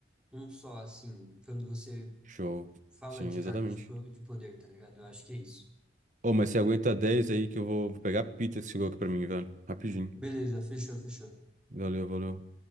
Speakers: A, in the centre; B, on the right.
A: um só, assim, quando você
B: Show.
A: fala
B: Sim,
A: de
B: exatamente.
A: cargos de po- de poder, tá ligado? Eu acho que é isso.
B: Ô, mas você aguenta 10 aí que eu vou, vou pegar a pizza que chegou aqui pra mim, velho. Rapidinho.
A: Beleza, fechou, fechou.
B: Valeu, valeu.